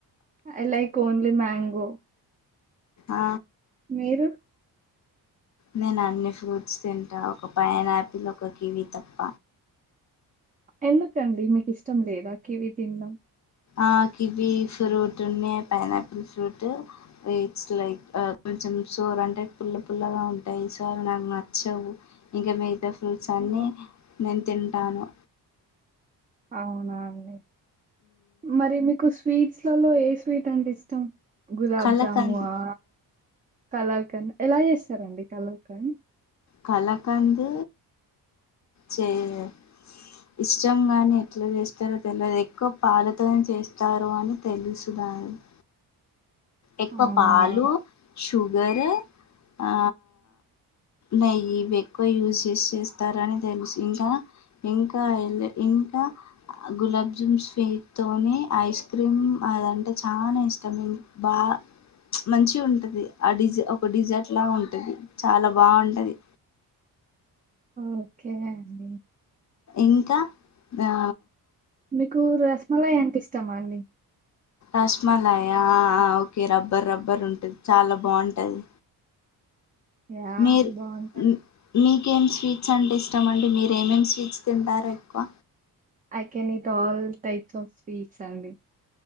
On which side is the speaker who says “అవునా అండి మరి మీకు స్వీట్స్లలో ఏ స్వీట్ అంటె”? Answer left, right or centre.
Right